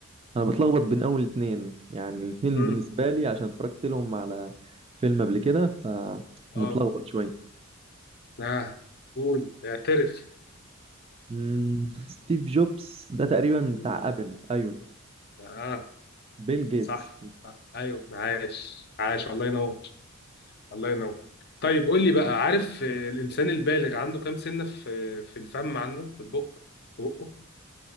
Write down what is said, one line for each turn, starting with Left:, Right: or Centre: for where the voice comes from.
Right: أنا بتلخبط بين أول اتنين يعني الاتنين
Left: امم
Right: بالنسبة لي عشان اتفرجت لهم على فيلم قبل كده فمتلخبط
Left: اه
Right: شوية
Left: اه قول اعترف
Right: مم، ستيف جوبز ده تقريبا
Left: مم.
Right: بتاع ابل ايوه
Left: اه
Right: بيل جيتس
Left: صح صح. ايوه عاش عاش الله ينور الله ينور طيب قول لي بقى عارف آه، الانسان البالغ عنده كام سنه في في الفم عنده في البق في بقه